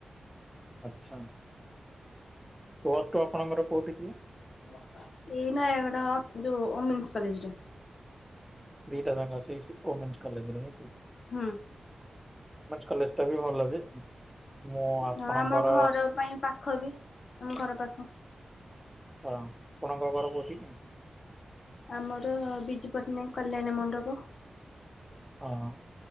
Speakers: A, in the centre; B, on the left (about 70°).
A: ଆଛା, ପୋଷ୍ଟ ଆପଣଙ୍କର କୋଉଠି ଥିଲା?
B: ଏଇ ନ ଗୋଟ ଯୋଉ ଓମେନ୍ସ କଲେଜରେ
A: ଲିଟାଙ୍ଗ ଅ <unintelligible> ଓମେନ୍ସ କଲେଜରେ
B: ହଁ
A: କଲେଜ ଟା ବି ଭଲ ଯେ ମୁଁ ଆପଣଙ୍କର
B: ହଁ ଆମ ଘର ପାଇଁ ପାଖ ବି, ଆମ ଘର ପାଖ
A: ଆଛା, ଆପଣଙ୍କ ଘର କଉଠି କି?
B: ଆମର ବିଜୁ ପଟ୍ଟନାୟକ କଲ୍ୟାଣ ମଣ୍ଡପ
A: ହଁ